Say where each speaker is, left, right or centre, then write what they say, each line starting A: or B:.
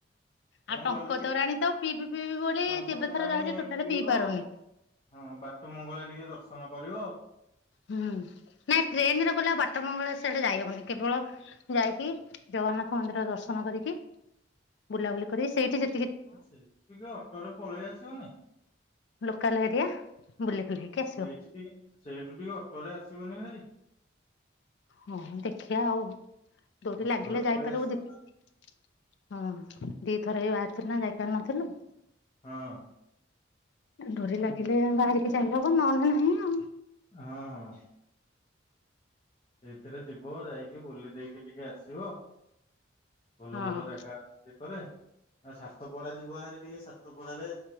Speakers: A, on the left; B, on the left.
A: ତମେ
B: ଆଉ ଟଙ୍କ
A: ଗଲେ ଟିକେ
B: ତୋରାଣୀ ତ ପିଇବି ପିଇବି ବୋଲି
A: ଟଙ୍କ
B: ଯେତେଥର
A: ତୋରାଣୀ
B: ଯାଉଚି ଟୋଟାଲି
A: ପିଇବ
B: ପିଇ ପାରୁନି।
A: ଆଉ ହଁ ବାଟ ମଙ୍ଗଳା ଟିକେ ଦର୍ଶନ କରିବ?
B: ହୁଁ ନାଇଁ ଟ୍ରେନରେ ଗଲେ ଆଉ ବାଟ ମଙ୍ଗଳା ସେଆଡେ ଯାଇହବନି, କେବଳ ଯାଇକି ଜଗନ୍ନାଥ ମନ୍ଦିର ଦର୍ଶନ କରିକି ବୁଲାବୁଲି କରି ସେଇଠି ଯେ
A: ଅସେଠି ଟିକେ ଅଟୋରେ ପଳେଇ ଆସିବନି।
B: ଲୋକାଲ ଏରିଆ
A: <inaudible>
B: ବୁଲି ବୁଲାକି ଆସିବ
A: ସେଇଠି ଟିକେ ସେଇଠୁ ଟିକେ ଅଟ ଅଟରେ ଆସିବନି ଭାରି। <inaudible>
B: ହଁ ଦେଖିଆ ଆଉ ଡୋରି
A: ଅଟୋରେ
B: ଲାଗିଲେ ଯାଇପାରିବୁଦି
A: ପଳେଇ ଆସିବ ନା
B: <inaudible> ହଁ। ଦିଇଥର ଏଇ ବାହାରିଥିଲୁ ନା ଯାଇପାରିନଥିଲୁ।
A: ହଁ।
B: ଡୋରି ଲାଗିଲେ ବାହାରିକି ଯାଇହବ ନହେଲେ ନାହିଁ ଆଉ।
A: ହଁ ହଁ। ସେଇଥିରେ। ଯିବ ଯାଇକି ବୁଲି ଦେଇକି ଟିକେ ଆସିବ। ଯିବ? <inaudible> ଭଲ ଭଲ
B: ହଁ
A: ଜାଗା ଅ କରେ ଆଉ ସାତ ପଡା ଯିବ ଆହାର ଟିକେ ସାତ ପଡାରେ।